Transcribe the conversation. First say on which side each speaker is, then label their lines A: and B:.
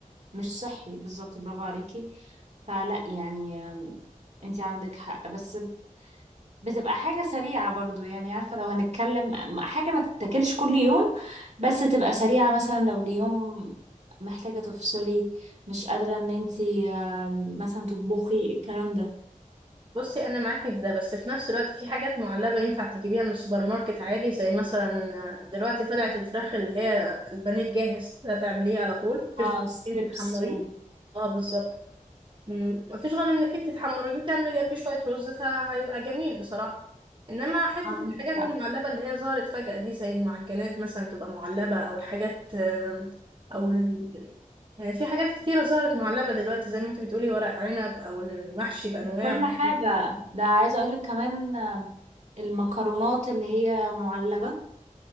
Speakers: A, on the right; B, on the right.
A: مش صحي بالظبط برافو عليكي فلا يعني آم، انتي عندك حق بس بتبقى حاجة سريعة برضو يعني عارفة لو هنتكلم حاجة ما تتاكلش كل يوم بس تبقى سريعة مثلا لو اليوم محتاجة تفصلي مش قادرة ان انتي آم، مثلا تطبخي الكلام ده
B: بصي انا معاكي في ده بس في نفس الوقت في حاجات معلبه ينفع تجيبيها من السوبر ماركت عادي زي مثلا دلوقتي طلعت الفراخ اللي هي البانيه الجاهز ده تعمليه على طول مفيش
A: اه
B: غير
A: ستريبس
B: انك انت تحمريه
A: و...
B: اه بالظبط مم، مفيش غير انك انت تحمريه وتعملي جنبيه شويه رز فهيبقى جميل بصراحه انما حته
A: عندك
B: الحاجات
A: حق
B: المعلبه اللي هي ظهرت فجأة دي زي المعجنات مثلا تبقى معلبه او الحاجات آم، او ال... يعني في حاجات كتيرة ظهرت معلبة دلوقتي زي ما انت بتقولي ورق عنب أو المحشي بأنواعه
A: كل حاجة
B: يعني
A: ده عايزة اقولك كمان آم، المكرونات اللي هي معلبة